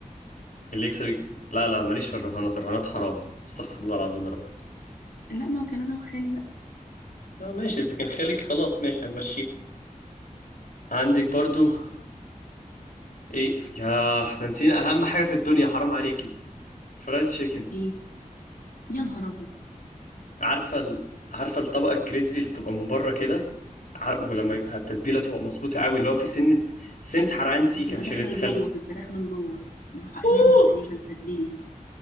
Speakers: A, on the left; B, on the left.
A: اللي يكسب لا لا ماليش في الرهانات الرهانات حرام استغفر الله العظيم يا رب
B: لا ما كان انا وخالي بقى
A: آه ماشي اذا كان خالك خلاص ماشي هنمشيها عندك برضو ايه ياه احنا نسينا اهم حاجه في الدنيا حرام عليكي فرايد تشيكن
B: ايه يا نهار ابيض
A: عارفه ال... عارفه
B: ش-
A: الطبقه الكريسبي اللي بتبقى من بره كده ع- ولما يبقى التتبيله تبقى مظبوطه قوي اللي هو في سنه سنه حرقان سيكه
B: بتبقى
A: مش
B: داخله
A: اللي تخلي
B: لجوه في الفراخ من جوه محقنينها
A: اوه
B: تقريبا تتبيله